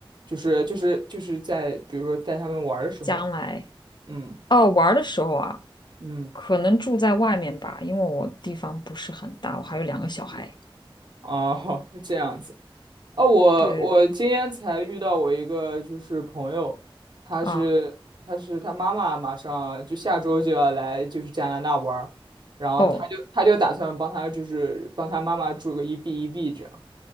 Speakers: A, on the right; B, on the left.
A: 就是就是就是在比如说带他们玩儿的时候，
B: 将来
A: 嗯
B: 哦玩儿的时候啊，
A: 嗯，
B: 可能住在外面吧，因为我地方不是很大，我还有两个小孩。
A: 哦，<laughs> 这样子。哦，我我今天才遇到我一个就是朋友，
B: 对
A: 他是他是他妈妈马上就下周就要来就是加拿大玩儿然后他就他就打算帮他就是帮他妈妈住个一
B: 啊，哦
A: B 一 B 这样。